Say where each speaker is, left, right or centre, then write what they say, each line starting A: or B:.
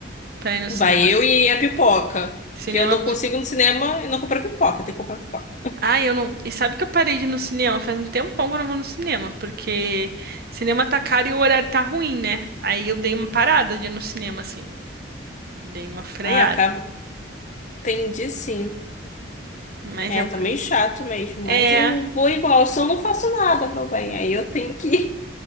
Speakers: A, on the right; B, on the left.
A: pra ir nos
B: Vai
A: cinemas.
B: eu e a pipoca.
A: Cinema
B: Que eu não consigo ir no cinema e não comprar pipoca. Tem que comprar pipoca.
A: Ai, eu não. E sabe que eu parei de ir no cinema? Faz um tempão que eu não vou no cinema, porque cinema tá caro e o horário tá ruim, né? Aí eu dei uma parada de ir no cinema, assim. Dei uma freada.
B: Ah, acaba... Entendi, sim.
A: Mas
B: É,
A: eu.
B: tá meio chato mesmo,
A: É.
B: mas eu vou igual. Se eu não faço nada, meu bem, aí eu tenho que... ir.